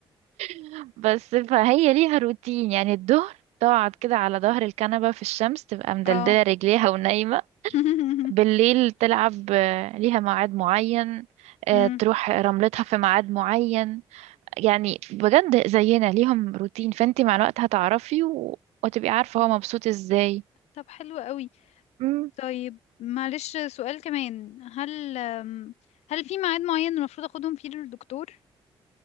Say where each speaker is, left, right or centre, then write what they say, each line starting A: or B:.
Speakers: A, on the right; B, on the left.
A: <laughs> بس فهي ليها روتين يعني الظهر تقعد كده على ظهر الكنبة في الشمس تبقى
B: <laughs>
A: مدلدلة
B: اه
A: رجليها ونايمة
B: <laughs>
A: بالليل تلعب آه، ليها ميعاد معين آه،
B: مم.
A: تروح رملتها في ميعاد معين يعني بجد زينا ليهم روتين فانت مع الوقت هتعرفي و... وتبقي عارفة هو مبسوط ازاي
B: طب حلو قوي
A: مم.
B: طيب معلش سؤال كمان هل أم، هل في ميعاد معين المفروض اخدهم فيه للدكتور